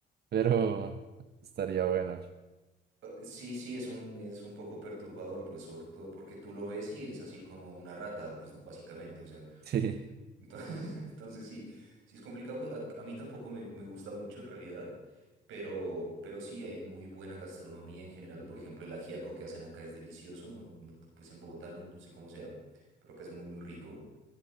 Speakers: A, on the right (about 55°); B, on the right (about 85°).
A: pero estaría bueno. <laughs>
B: Eh, Sí, sí, es un, es un poco perturbador, pues sobre todo porque tú lo ves y es así como una rata, pues, ¿no? Básicamente, o sea.
A: Sí.
B: Entonces, <laughs> entonces sí, sí es complicado, pues, a, a mí tampoco me, me gusta mucho en realidad, pero, pero sí, hay muy buena gastronomía en general. Por ejemplo, el ajiaco que hacen acá es delicioso, ¿no? No, Pues en Bogotá no, no sé cómo sea, pero acá es muy, muy rico.